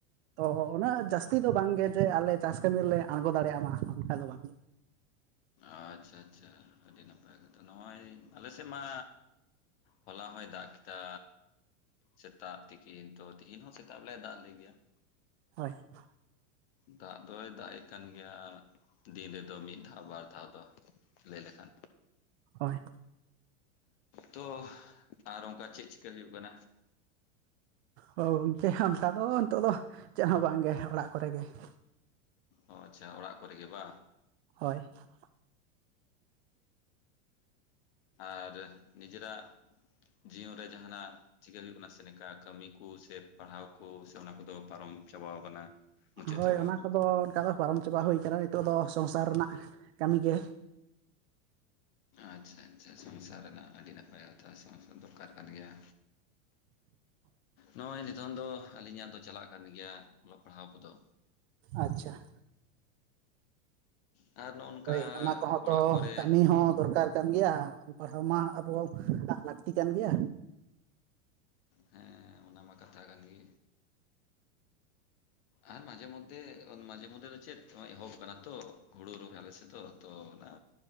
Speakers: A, on the right (about 55°); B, on the left (about 45°).
A: ᱛᱚ ᱩᱱᱟᱹᱜ ᱡᱟᱹᱥᱛᱤ ᱫᱚ ᱵᱟᱝ ᱜᱮ ᱡᱮ ᱟᱞᱮ ᱪᱟᱥ ᱠᱟᱹᱢᱤ ᱨᱮᱞᱮ ᱟᱬᱜᱚ ᱫᱟᱲᱮᱭᱟᱜ ᱢᱟ ᱚᱱᱠᱟ ᱫᱚ ᱵᱟᱝ ᱜᱮ ᱾
B: ᱟᱪᱪᱷᱟ ᱟᱪᱪᱷᱟ ᱟᱹᱰᱤ ᱱᱟᱯᱟᱭ ᱠᱟᱛᱷᱟ᱾ ᱱᱚᱜ-ᱚᱭ ᱟᱞᱮ ᱥᱮᱫ ᱢᱟ ᱦᱚᱞᱟ ᱦᱚᱭ ᱫᱟᱜ ᱠᱮᱫᱟ ᱥᱮᱛᱟᱜ ᱛᱤᱠᱤᱱ ᱛᱚ ᱛᱤᱦᱤᱱ ᱦᱚᱸ ᱥᱮᱛᱟᱜ ᱞᱮ ᱫᱟᱜ ᱟᱞᱮ ᱜᱮᱭᱟ ᱾
A: ᱦᱳᱭ ᱾
B: ᱫᱟᱜ ᱫᱚᱭ ᱫᱟᱜ ᱮ ᱠᱟᱱ ᱜᱮᱭᱟ ᱫᱤᱱ ᱨᱮᱫᱚ ᱢᱤᱫ ᱫᱷᱟᱣ ᱵᱟᱨ ᱫᱷᱟᱣ ᱫᱚ ᱾ ᱞᱟᱹᱭ ᱞᱮᱠᱷᱟᱱ
A: ᱦᱳᱭ
B: ᱛᱚ ᱟᱨ ᱚᱱᱠᱟ ᱪᱮᱫ ᱪᱤᱠᱟᱹ ᱦᱩᱭᱩᱜ ᱠᱟᱱᱟ?
A: ᱜᱚᱝᱠᱮ ᱚᱱᱠᱟ ᱫᱚ ᱱᱤᱛᱳᱜ ᱫᱚ ᱪᱮᱫ ᱦᱚᱸ ᱵᱟᱝᱜᱮ ᱚᱲᱟᱜ ᱠᱚᱨᱮ ᱜᱮ ᱾
B: ᱚ ᱟᱪᱪᱷᱟ ᱚᱲᱟᱜ ᱠᱚᱨᱮ ᱜᱮ ᱵᱟᱝ?
A: ᱦᱳᱭ ᱾
B: ᱟᱨ ᱱᱤᱡᱮᱨᱟᱜ ᱡᱤᱭᱚᱱ ᱨᱮ ᱡᱟᱦᱟᱱᱟᱜ ᱪᱤᱠᱟ ᱦᱩᱭᱩᱜ ᱠᱟᱱᱟ ᱥᱮ ᱱᱮᱠᱟ ᱠᱟᱹᱢᱤ ᱠᱚ ᱥᱮ ᱯᱟᱲᱦᱟᱣ ᱠᱚ ᱥᱮ ᱚᱱᱟ ᱠᱚᱫᱚ ᱯᱟᱨᱚᱢ ᱪᱟᱵᱟᱟᱣ ᱠᱟᱱᱟ᱾ ᱢᱩᱪᱟᱹᱫ
A: ᱦᱳᱭ
B: ᱪᱟᱵᱟᱣ
A: ᱚᱱᱟ
B: ᱠᱟᱱᱟ
A: ᱠᱚᱫᱚ ᱚᱱᱠᱟ ᱫᱚ ᱯᱟᱨᱚᱢ ᱪᱟᱵᱟ ᱦᱩᱭ ᱠᱟᱱᱟ, ᱱᱤᱛᱚᱜ ᱫᱚ ᱥᱚᱝᱥᱟᱨ ᱨᱮᱱᱟᱜ ᱠᱟᱹᱢᱤ ᱜᱮ ᱾
B: ᱟᱪᱪᱷᱟ ᱟᱪᱪᱷᱟ ᱥᱚᱝᱥᱟᱨ ᱨᱮᱱᱟᱜ ᱟᱹᱰᱤ ᱱᱟᱯᱟᱭ ᱠᱟᱛᱷᱟ ᱥᱚᱝᱥᱟᱨ ᱫᱚᱨᱠᱟᱨ ᱠᱟᱱ ᱜᱮᱭᱟ᱾ ᱱᱚᱜ-ᱚᱭ ᱱᱤᱛᱚᱝ ᱫᱚ ᱟᱹᱞᱤᱧᱟᱜ ᱫᱚ ᱪᱟᱞᱟᱜ ᱠᱟᱱ ᱜᱮᱭᱟ, ᱚᱞᱚᱜ ᱯᱟᱲᱦᱟᱣ ᱠᱚᱫᱚ
A: ᱟᱪᱪᱷᱟ ᱾
B: ᱟᱨ ᱱᱚᱜᱼᱚ ᱱᱚᱝᱠᱟ
A: ᱦᱳᱭ ᱚᱱᱟ ᱠᱚᱦᱚᱸ
B: ᱚᱲᱟᱜ
A: ᱛᱚ
B: ᱠᱚᱨᱮ
A: ᱠᱟᱹᱢᱤ ᱦᱚᱸ ᱫᱚᱨᱠᱟᱨ ᱠᱟᱱ ᱜᱮᱭᱟ᱾ ᱚᱞ ᱯᱟᱲᱦᱟᱣ ᱢᱟ ᱟᱵᱚ ᱦᱚᱸ ᱞᱟᱹᱠᱛᱤ ᱠᱟᱱ ᱜᱮᱭᱟ᱾
B: ᱦᱮᱸ ᱚᱱᱟ ᱢᱟ ᱠᱟᱛᱷᱟ ᱠᱟᱱ ᱜᱮ ᱟᱨ ᱢᱟᱡᱷᱮ ᱢᱚᱫᱽᱫᱷᱮ ᱢᱟᱡᱷᱮ ᱢᱚᱫᱽᱫᱷᱮ ᱫᱚ ᱪᱮᱫ ᱮᱦᱚᱵ ᱟᱠᱟᱱᱟ ᱛᱚ ᱦᱩᱲᱩ ᱨᱚᱦᱚᱭ ᱟᱞᱮᱥᱮᱫᱚ ᱫᱚ ᱛᱚ ᱚᱱᱟ